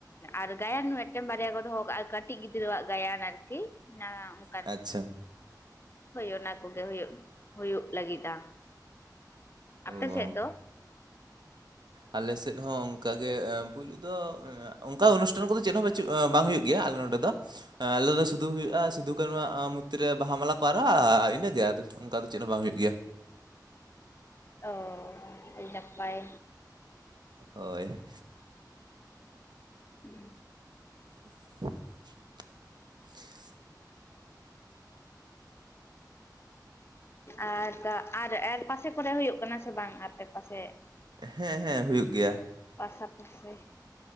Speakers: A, on the left; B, on the right.
A: ᱟᱨ ᱜᱟᱭᱟᱱ ᱢᱤᱜᱴᱮᱱ ᱵᱟᱨᱭᱟ ᱠᱚ ᱫᱚᱦᱚ ᱠᱟᱜᱼᱟ ᱠᱟᱹᱴᱤᱡ ᱜᱤᱫᱽᱨᱟᱹᱣᱟᱜ ᱜᱟᱭᱟᱱ ᱟᱨᱠᱤ᱾ ᱚᱱᱟ ᱚᱱᱠᱟᱱ
B: ᱟᱪᱪᱷᱟ᱾
A: ᱦᱳᱭ ᱚᱱᱟ ᱠᱚᱜᱮ ᱦᱩᱭᱩᱜ, ᱦᱩᱭᱩᱜ ᱞᱟᱹᱜᱤᱫᱼᱟ᱾
B: ᱚᱻ
A: ᱟᱯᱮ ᱥᱮᱫ ᱫᱚ
B: ᱟᱞᱮ ᱥᱮᱫ ᱦᱚᱸ ᱚᱱᱠᱟᱜᱮ ᱯᱩᱭᱞᱩ ᱫᱚ, ᱚᱱᱠᱟ ᱚᱱᱩᱥᱴᱷᱟᱱ ᱠᱚᱫᱚ ᱪᱮᱫ ᱦᱚᱸ ᱵᱟᱹᱪᱩᱜ ᱵᱟᱝ ᱦᱩᱭᱩᱜ ᱜᱮᱭᱟ ᱟᱞᱮ ᱱᱚᱰᱮ ᱫᱚ᱾ ᱟᱞᱮ ᱫᱚ ᱥᱩᱫᱷᱩ ᱦᱩᱭᱩᱜᱼᱟ, ᱥᱤᱫᱩ ᱠᱟᱱᱩ ᱣᱟᱜ ᱢᱩᱨᱛᱤ ᱨᱮ ᱵᱟᱦᱟ ᱢᱟᱞᱟ ᱠᱚ ᱟᱨᱟᱣ ᱤᱱᱟᱹᱜᱮ ᱟᱫᱚ ᱪᱮᱫ ᱚᱱᱠᱟ ᱫᱚ ᱪᱮᱫ ᱦᱚᱸ ᱵᱟᱝ ᱦᱩᱭᱩᱜ ᱜᱮᱭᱟ᱾
A: ᱚᱻ ᱟᱹᱰᱤ ᱱᱟᱯᱟᱭ᱾
B: ᱦᱳᱭ᱾
A: <inaudible>
B: <inaudible>
A: ᱟᱨ, ᱛᱟᱨ ᱟᱨ ᱯᱟᱥᱮ ᱠᱚᱨᱮ ᱦᱩᱭᱩᱜ ᱠᱟᱱᱟ ᱥᱮ ᱵᱟᱝ ᱟᱯᱮ ᱯᱟᱥᱮ?
B: ᱦᱮᱸ ᱦᱮᱸ ᱦᱩᱭᱩᱜ ᱜᱮᱭᱟ᱾
A: ᱯᱟᱥᱟ ᱯᱟᱥᱮ